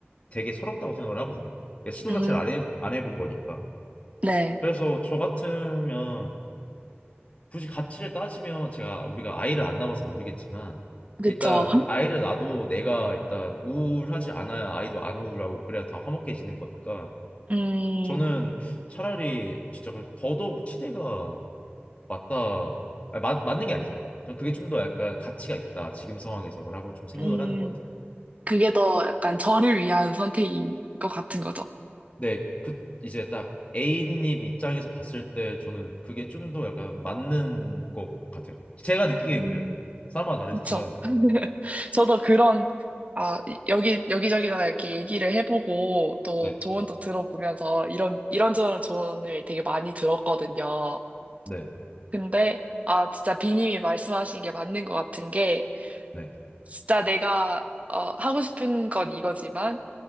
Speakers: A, on the left; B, on the right.
A: 되게 서럽다고 생각을 하거든요. 그러니까 시도
B: 음,
A: 자체를 안 해, 안 해본 거니까.
B: 네.
A: 그래서 저 같으면 굳이 가치를 따지면 제가 우리가 아이를 안 낳아서 모르겠지만
B: 그렇죠.
A: 일단 아이를 낳아도 내가 일단 우울하지 않아야 아이도 안 우울하고 그래야 다 화목해지는 거니까
B: 음,
A: 저는 차라리 진짜 그 더더욱 치대가 맞다 아니, 맞, 맞는 게 아니죠. 전 그게 좀 더 약간 가치가 있다 지금 상황에서라고 좀 생각을
B: 음,
A: 하는 것 같아요.
B: 그게 더 약간 저를 위한 선택인 것 같은 거죠.
A: 네, 그 이제 딱 A님 입장에서 봤을 때 저는 그게 좀 더 약간 맞는 것 같아요. 제가 느끼기엔
B: 음.
A: 그래요. 사람마다 다르지만
B: 그쵸. <laughs> 저도 그런, 아, 여기, 여기저기다가 이렇게 얘기를 해보고 또
A: 네,
B: 조언도 들어보면서 이런, 이런저런 조언을 되게 많이 들었거든요.
A: 네,
B: 근데, 아, 진짜 비님이 말씀하신 게 맞는 것 같은 게,
A: 네,
B: 진짜 내가, 어, 하고 싶은 건 이거지만,